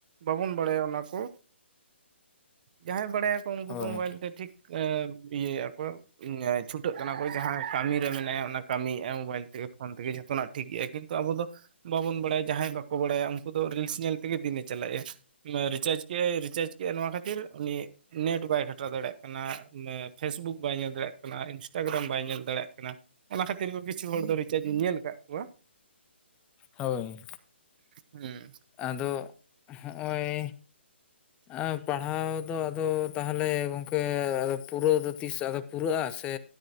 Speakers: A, on the right (about 45°); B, on the left (about 15°).
A: ᱵᱟᱵᱚᱱ ᱵᱟᱲᱟᱭ-ᱟ ᱚᱱᱟ ᱠᱚ ᱡᱟᱦᱟᱸᱭ ᱵᱟᱲᱟ ᱭᱟᱼᱼ ᱠᱚ ᱩᱱᱠᱩ
B: ᱦᱳᱭ
A: ᱫᱚ ᱢᱳᱵᱟᱭᱤᱞ ᱛᱮ ᱴᱷᱤᱠ ᱮᱸ ᱤᱭᱟᱹ ᱭᱮᱜ-ᱟ ᱠᱚ᱾ ᱩᱸᱻᱮᱸ ᱪᱷᱩᱴᱟᱹᱜ ᱠᱟᱱᱟ ᱠᱚ ᱡᱟᱦᱟᱸᱭ ᱠᱟᱢᱤ ᱨᱮ ᱢᱮᱱᱟ ᱭᱟ ᱚᱱᱟ ᱠᱟᱢᱤ ᱭᱮᱜ-ᱟᱭ ᱢᱳᱵᱟᱭᱤᱞ ᱛᱮ ᱜᱮ ᱯᱷᱳᱱ ᱛᱮ ᱜᱮ ᱡᱷᱚᱛᱚ ᱱᱟᱜᱼᱼ ᱴᱷᱤᱠ ᱜᱮ ᱭᱟ ᱠᱤᱱᱛᱩ ᱟᱵᱚ ᱫᱚ ᱵᱟᱵᱚᱱ ᱵᱟᱲᱟ ᱭᱟ ᱡᱟᱦᱟᱸᱭ ᱵᱟᱠᱚ ᱵᱟᱲᱟ ᱭᱟ ᱩᱱᱠᱩ ᱫᱚ ᱨᱤᱞᱥ ᱧᱮᱞ ᱛᱮ ᱜᱮ ᱫᱤᱱ ᱮ ᱪᱟᱞᱟᱭ ᱮᱜ-ᱟ᱾ ᱚᱱᱟ ᱨᱤᱪᱟᱨᱡᱽ ᱠᱮᱜ-ᱟᱭ ᱨᱤᱪᱟᱨᱡᱽ ᱠᱮᱜ-ᱟᱭ ᱱᱚᱣᱟ ᱠᱷᱟᱹᱛᱤᱨ ᱩᱱᱤᱼᱼ ᱱᱮᱴ ᱵᱟᱭ ᱠᱷᱟ ᱴᱟᱣ ᱫᱟᱲᱮ ᱭᱟᱜ ᱠᱟᱱᱟ ᱩᱱᱤ ᱢᱮ ᱯᱷᱮᱥᱵᱩᱠ ᱵᱟᱭ ᱧᱮᱞ ᱫᱟᱲᱮ ᱭᱟᱜᱼᱼ ᱠᱟᱱᱟ ᱤᱱᱥᱴᱟ ᱜᱮᱨᱟᱢ ᱵᱟᱭ ᱧᱮᱞ ᱫᱟᱲᱮ ᱭᱟᱜ ᱠᱟᱱᱟ ᱚᱱᱟ ᱠᱷᱟᱹᱛᱤᱨ ᱜᱮ ᱠᱤᱪᱷᱩ ᱦᱚᱲ ᱫᱚ ᱨᱤᱪᱟᱨᱡᱽ ᱤᱧ ᱧᱮᱞ ᱟᱠᱟᱜ ᱠᱚᱣᱟ᱾
B: ᱦᱳᱭ᱾
A: ᱦᱩᱸ᱾
B: ᱟᱫᱚ ᱦᱚᱸᱜ-ᱚᱭᱼᱼ
A: <inaudible>
B: ᱟᱨ ᱯᱟᱲᱦᱟᱣ ᱫᱚ ᱟᱫᱚ ᱛᱟᱦᱞᱮ ᱜᱚᱝᱠᱮ ᱟᱫᱚ ᱯᱩᱨᱟᱹᱣ ᱫᱚ ᱛᱤᱥ ᱟᱫᱚ ᱯᱩᱨᱟᱹᱜ-ᱟ ᱥᱮᱼᱼ